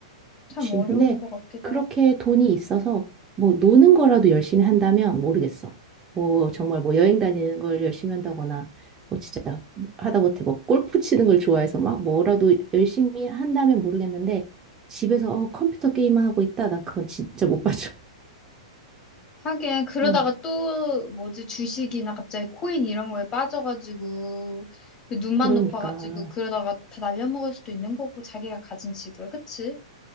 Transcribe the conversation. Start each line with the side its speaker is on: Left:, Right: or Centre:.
Left: 참
Right: 그치.
Left: 어려운
Right: 근데
Left: 것 같기도
Right: 그렇게
Left: 하고.
Right: 돈이 있어서 뭐 음. 노는 거라도 열심히 한다면 모르겠어. 뭐 정말 뭐 여행 다니는 걸 열심히 한다거나 뭐 진짜 하다못해 뭐 골프 치는 걸 좋아해서 막 뭐라도 열심히 한다면 모르겠는데 집에서 어, 컴퓨터 게임만 하고 있다. 난 그건 진짜 못 봐줘.
Left: 하긴
Right: <laughs>
Left: 그러다가
Right: 어,
Left: 또 뭐지 주식이나 갑자기 코인 이런 거에 빠져가지고 그 눈만
Right: 그러니까.
Left: 높아가지고 그러다가 다 날려먹을 수도 있는 거고 자기가 가진 집을 그치?